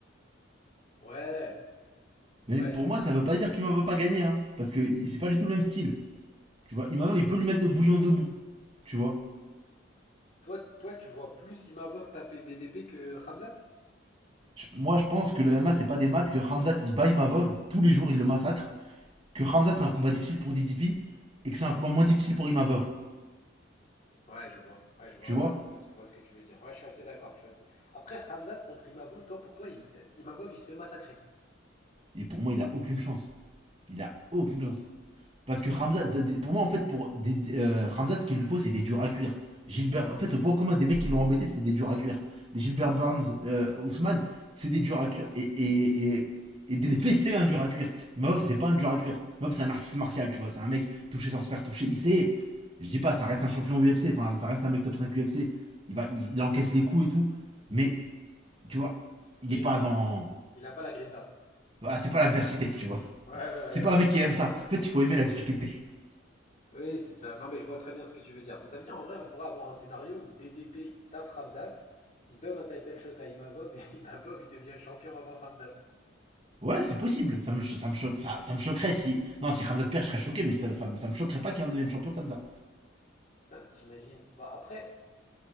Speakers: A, on the left (about 40°); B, on the right (about 30°).
A: Ouais,
B: Mais
A: ouais.
B: pour
A: tu-
B: moi, ça veut pas dire qu'Imava va pas gagner, hein, parce que c'est pas du tout le même style. Tu vois, Imavov, il peut lui mettre le bouillon debout, tu vois.
A: Toi, toi, tu vois plus Imavov taper DDP que Ramzat?
B: Je- moi, je pense que le MMA, c'est pas des maths, que Ramzat, il bat Imavov, tous les jours, il le massacre, que Ramzat, c'est un combat difficile pour DDP, et que c'est un combat moins difficile pour Imavov,
A: Ouais, je vois. Ouais, je vois,
B: tu vois.
A: je vois, ce je vois ce que tu veux dire. Ouais, je suis assez d'accord. je suis assez- Après, Ramzat contre Imavov, toi, pour toi, Im- euh, Imavov, il se fait massacrer.
B: Et pour moi, il a aucune chance. Il a aucune chance. Parce que Ramzat, pour moi, en fait, pour des, euh, Ramzat, ce qu'il lui faut, c'est des durs à cuire. Gilbert, en fait, le point commun des mecs qui l'ont embêté, c'était des durs à cuire. Des Gilbert Burns, euh, Ousmane, c'est des durs à cuire. Et, et, et, et DDP, c'est un dur à cuire. Imov, c'est pas un dur à cuire. Imov, c'est un artiste martial, tu vois. C'est un mec touché sans se faire toucher. Il sait, je dis pas, ça reste un champion UFC. Enfin, ça reste un mec top 5 UFC. Il, va, il, il encaisse les coups et tout. Mais, tu vois, il
A: Oui,
B: est pas
A: oui.
B: dans.
A: Il n'a pas la grinta.
B: Ah, c'est pas l'adversité, tu vois.
A: Ouais, ouais, ouais,
B: C'est pas
A: ouais.
B: un mec qui aime ça. En fait, il faut aimer la difficulté.
A: Oui, c'est ça. Non, mais je vois très bien ce que tu veux dire. Bon, ça veut dire, en vrai, on pourrait avoir un scénario où DDP, il tape Ramzat, il donne un title shot à Imavov, et <laughs> Imavov, il devient champion avant Ramzat.
B: Ouais, c'est possible. Ça me, cho- ça, me choque- ça, ça me choquerait si. Non, si Ramzat perd, je serais choqué, mais ça, ça, me- ça me choquerait pas qu'il devienne champion comme ça.
A: Putain, T'imagines. Bah après,